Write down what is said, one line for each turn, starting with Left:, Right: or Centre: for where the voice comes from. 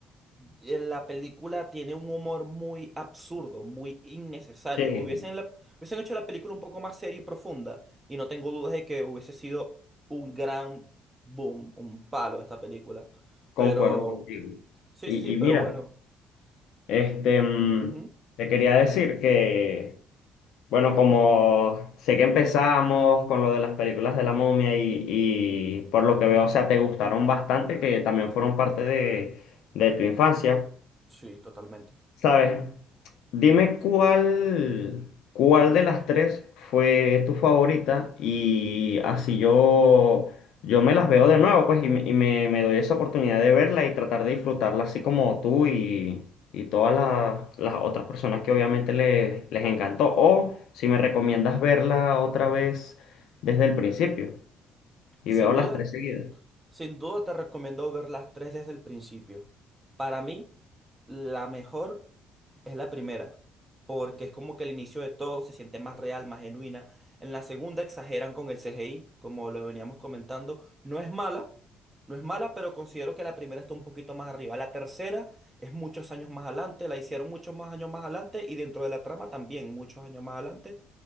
Right: eh, la película tiene un humor muy absurdo, muy innecesario.
Left: sí.
Right: Hubiesen, la- hubiesen hecho la película un poco más seria y profunda, y no tengo dudas de que hubiese sido un gran boom, un palo esta película.
Left: Concuerdo
Right: Pero,
Left: contigo.
Right: sí,
Left: Y,
Right: sí, sí,
Left: y
Right: pero
Left: mira,
Right: bueno.
Left: este, mm,
Right: ujú,
Left: te quería decir que, bueno, como sé que empezamos con lo de las películas de la momia y, y por lo que veo, o sea, te gustaron bastante, que también fueron parte de, de tu infancia.
Right: Sí, totalmente.
Left: ¿Sabes? Dime cuál, cuál de las tres fue tu favorita y así yo, yo me las veo de nuevo, pues, y, me, y me- me doy esa oportunidad de verla y tratar de disfrutarla así como tú y, y todas las, las otras personas que obviamente les, les encantó. O si me recomiendas verla otra vez desde el principio y
Right: Sin
Left: veo las
Right: duda.
Left: tres seguidas.
Right: Sin duda te recomiendo ver las tres desde el principio. Para mí, la mejor es la primera, porque es como que el inicio de todo se siente más real, más genuina. En la segunda exageran con el CGI, como lo veníamos comentando. No es mala, no es mala, pero considero que la primera está un poquito más arriba. La tercera es muchos años más adelante, la hicieron muchos más años más adelante y dentro de la trama también muchos años más adelante.